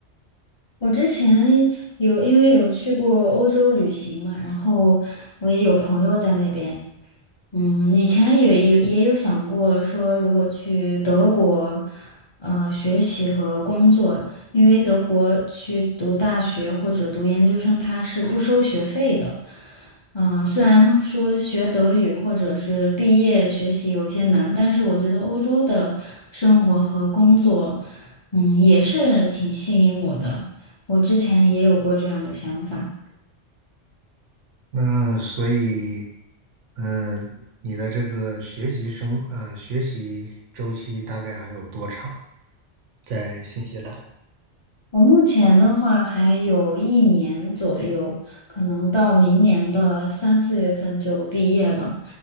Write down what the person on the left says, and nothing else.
我之前有因为有去过欧洲旅行嘛，然后我也有朋友在那边。嗯，以前也也也有想过说，如果去德国，呃，学习和工作，因为德国去读大学或者读研究生，他是不收学费的。嗯、虽然说学德语或者是毕业学习有些难，但是我觉得欧洲的生活和工作，嗯，也是挺吸引我的。我之前也有过这样的想法。
我目前的话还有一年左右，可能到明年的三四月份就毕业了，